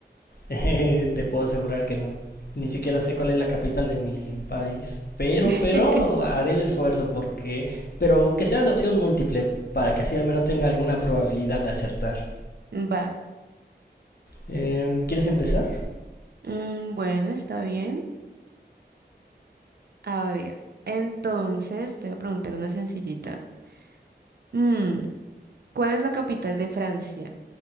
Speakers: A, on the left; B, on the right.
A: Eh, te puedo asegurar que no. Ni siquiera sé cuál es la capital de mi país, pero,
B: <laughs>
A: pero haré el esfuerzo porque, pero que sea de opción múltiple para que así al menos tenga alguna probabilidad de acertar.
B: Va.
A: Em, ¿quieres empezar?
B: Mm, bueno, está bien. A ver, entonces te voy a preguntar una sencillita. Mm, ¿cuál es la capital de Francia?